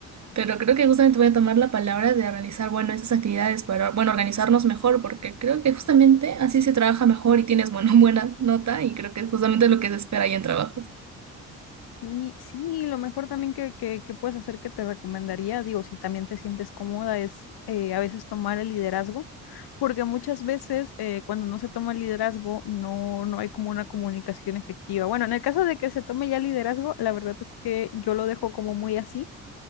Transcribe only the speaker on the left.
Sí, sí, lo mejor también que, que, que puedes hacer que te recomendaría, digo, si también te sientes cómoda, es eh, a veces tomar el liderazgo. Porque muchas veces eh, cuando no se toma el liderazgo no, no hay como una comunicación efectiva. Bueno, en el caso de que se tome ya liderazgo, la verdad es que yo lo dejo como muy así,